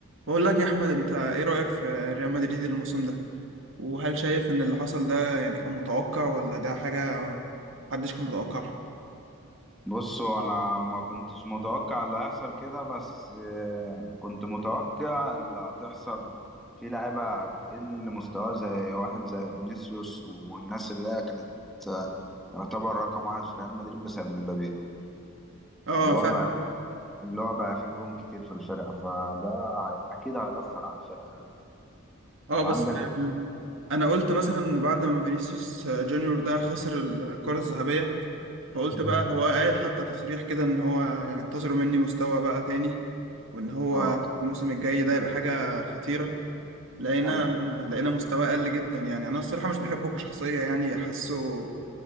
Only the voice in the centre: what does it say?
بصوا انا ما كنتش متوقع اللي هيحصل كده بس آه، كنت متوقع اللي هتحصل في لعيبة هتقل مستوى زي واحد زي فينيسيوس والناس اللي هي كانت آه، يعتبر رقم واحد في ريال مدريد بسبب مبابي
اللي هو
بقى اللي هو بقى فيه نجوم كتير في الفرقة فده هي- أكيد هيأثر على الفرقة يعني
وعندك
مم.
اه
ايوه